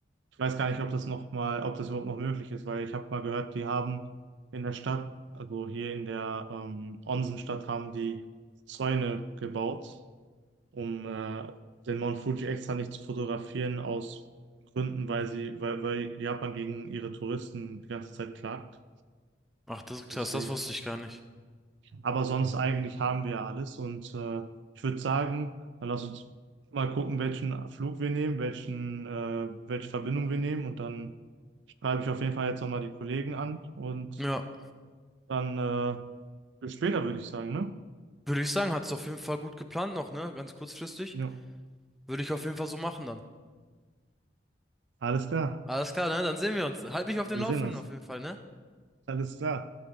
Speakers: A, on the right; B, in the centre.
A: ich weiß gar nicht, ob das noch mal, ob das überhaupt noch möglich ist, weil ich habe mal gehört, die haben in der Stadt, also hier in der ähm, Onsenstadt, haben die Zäune gebaut, um äh, den Mount Fuji extra nicht zu fotografieren aus Gründen, weil sie, weil, weil Japan gegen ihre Touristen die ganze Zeit klagt.
B: Ach, das ist
A: Deswegen.
B: krass, das wusste ich gar nicht.
A: Aber sonst eigentlich haben wir ja alles. Und äh, ich würde sagen, dann lass uns mal gucken, welchen Flug wir nehmen, welchen, äh, welche Verbindung wir nehmen. Und dann schreibe ich auf jeden Fall jetzt nochmal die Kollegen an. Und
B: Ja,
A: dann äh, bis später, würde ich sagen, ne?
B: würde ich sagen, hat es auf jeden Fall gut geplant noch, ne? Ganz kurzfristig.
A: Ja.
B: Würde ich auf jeden Fall so machen dann.
A: Alles klar.
B: Alles klar, ne? Dann sehen wir uns. Halt mich auf dem
A: Wir
B: Laufenden
A: sehen uns.
B: auf jeden Fall, ne?
A: Alles klar.